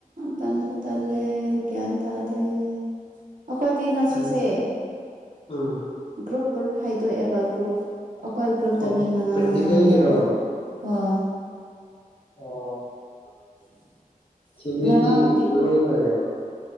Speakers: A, on the right; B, on the left.
A: ꯇꯟꯁꯨ ꯇꯜꯂꯦ ꯒ꯭ꯌꯥꯟ ꯇꯥꯔꯦ ꯑꯩꯈꯣꯏ ꯇ ꯉꯁꯤꯁꯦ
B: ꯊꯟ ꯎꯝ
A: ꯒ꯭ꯔꯨꯞ ꯒ꯭ꯔꯨꯞ ꯍꯥꯏꯗꯣꯛꯑꯦꯕ ꯒ꯭ꯔꯨꯞ ꯑꯩꯈꯣꯏ ꯒ꯭ꯔꯨꯞꯇ
B: ꯑꯣ
A: ꯃꯤ ꯃꯉꯥ
B: ꯄ꯭ꯔꯦꯛꯇꯤꯀꯦꯜꯒꯤꯔꯣ
A: ꯃꯉꯥꯅꯤ ꯌꯥꯎꯕ ꯑꯣ
B: ꯑꯣ
A: <unintelligible>
B: ꯊꯔꯤꯗꯤ
A: ꯉꯔꯥꯡꯗꯤ
B: ꯂꯣꯏꯅꯔꯦꯕ